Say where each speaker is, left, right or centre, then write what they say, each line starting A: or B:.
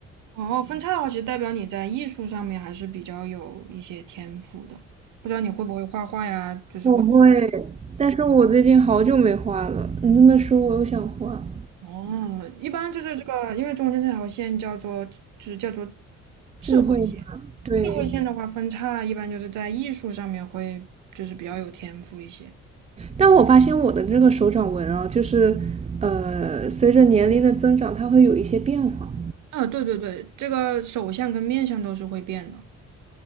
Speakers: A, on the right (about 80°); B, on the right (about 20°).
A: 然后分叉的话，其实代表你在艺术上面还是比较有一些天赋的，不知道你会不会画画呀，就是会。
B: 我会，但是我最近好久没画了。你这么说，我又想画
A: 哦，一般就是这个，因为中间这条线叫做，就是叫做智慧线。
B: 智慧嘛？对，
A: 智慧线的话，分叉一般就是在艺术上面会就是比较有天赋一些。
B: 但我发现我的这个手掌纹啊，就是呃，随着年龄的增长，它会有一些变化。
A: 啊，对对对，这个手相跟面相都是会变的。